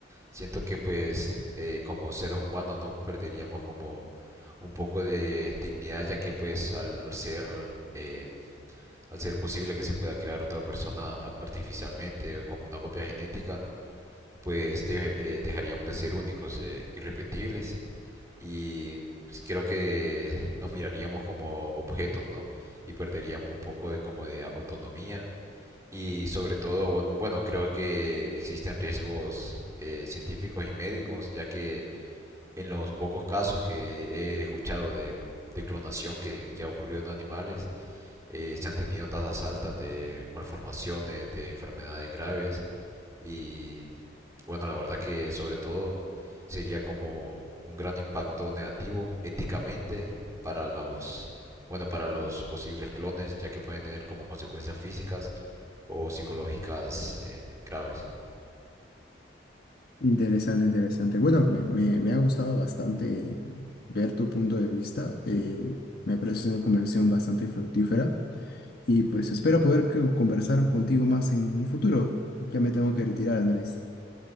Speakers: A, on the right; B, on the left.
A: Siento que pues eh, como seres humanos no perderíamos como un poco de dignidad ya que pues al, al ser eh, al ser posible que se pueda crear otra persona a- artificialmente o como una copia genética pues de- eh, dejaríamos de ser únicos eh, irrepetibles y pues, creo que nos miraríamos como objetos no y perderíamos un poco de como de autonomía y sobre todo, bueno, bueno, creo que existen riesgos eh, científicos y médicos, ya que en los pocos casos que he escuchado de, de clonación que, que ha ocurrido en animales, eh, se han tenido tasas altas de malformaciones, de enfermedades graves y bueno, la verdad que sobre todo sería como un gran impacto negativo éticamente para los, bueno, para los posibles clones, ya que pueden tener como consecuencias físicas o psicológicas eh, graves.
B: Interesante, interesante. Bueno, me, me- me ha gustado bastante ver tu punto de vista. eh, me parece una conversación bastante fructífera y pues espero poder co- conversar contigo más en un futuro. Ya me tengo que retirar, Andrés.